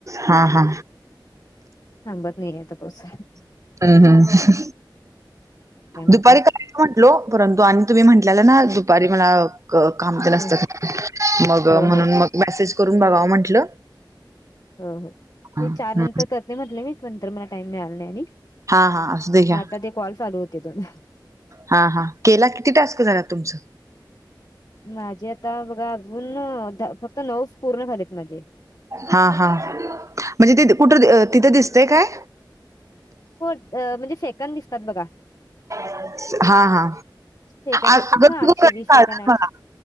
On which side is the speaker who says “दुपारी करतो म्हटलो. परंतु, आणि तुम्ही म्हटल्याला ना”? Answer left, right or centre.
Right